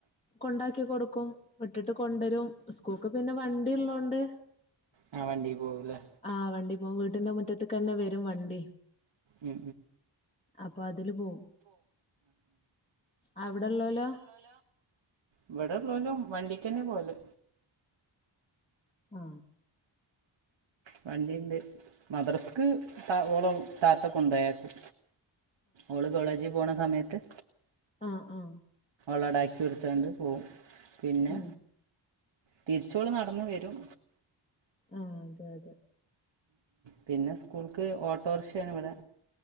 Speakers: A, on the left; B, on the right.
A: കൊണ്ടാക്കി കൊടുക്കും, വിട്ടിട്ട് കൊണ്ടരും, സ്കൂൾക്ക് പിന്നെ വണ്ടി ഇള്ളോണ്ട് <inaudible>
B: ആ വണ്ടിയിൽ പോകൂല്ലേ
A: ആ വണ്ടി <unintelligible> ടിന്റെ മുറ്റത്ത്ക്ക് തന്നെ വരും വണ്ടി.
B: മ്
A: അപ്പൊ അതില് പോവും അവിടെള്ളോലോ
B: ഇവിടോള്ളോലും വണ്ടി ക്കന്നെ പോലെ
A: ആ
B: വണ്ടിണ്ട് മദ്രസ്ക്ക് താ ഓള താത്ത കൊണ്ടയക്കും. ഓള് കോളേജിൽ പോണ സമയത് ത്
A: ആ ആ
B: ളടാക്കി കൊടുത്തണ്ട് പോവും. പിന്നെ
A: ഉം
B: തിരിച്ചോള് നടന്ന് വരും
A: ആ അതെ അതെ
B: പിന്നെ സ്കൂൾക്ക് ഓട്ടോറിക്ഷയണിവിടെ